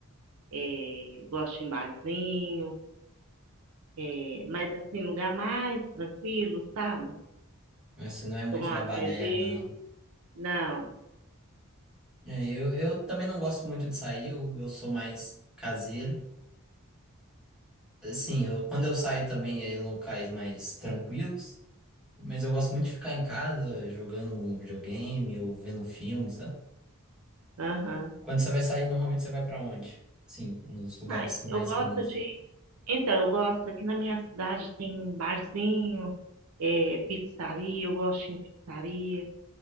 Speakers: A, on the right; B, in the centre.
A: eh, gosto de ir em barzinho, eh, mas assim, lugar mais tranquilo, sabe?
B: Mas Você não é muito
A: Tomar
B: da
A: uma
B: baderna,
A: cerveja,
B: não.
A: não.
B: É, Eu, eu também não gosto muito de sair, eu, eu sou mais caseiro. Assim, eu, quando eu saio também é em locais mais tranquilos, mas eu gosto muito de ficar em casa jogando um videogame ou vendo um filme, sabe?
A: Aham.
B: Quando você vai sair, normalmente você vai pra onde? Sim, nos lugares
A: Ai,
B: mais
A: eu gosto
B: comuns.
A: de. Então, eu gosto, aqui na minha cidade tem barzinho, eh, pizzaria, eu gosto de ir em pizzaria,